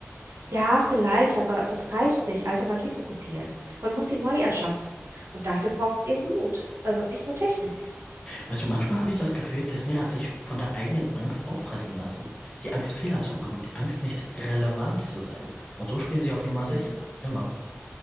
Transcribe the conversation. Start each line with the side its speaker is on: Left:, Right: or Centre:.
Right: Ja, vielleicht, aber das reicht nicht, alte Magie zu kopieren. Man muss sie neu erschaffen. Und dafür braucht es eben Mut. Also nicht nur Technik.
Left: Weißt du, manchmal habe ich das Gefühl, Disney hat sich von der eigenen Angst auffressen lassen. Die Angst, Fehler zu machen, die Angst, nicht relevant zu sein. Und so spielen sie auf Nummer
Right: Hm.
Left: sicher. Immer.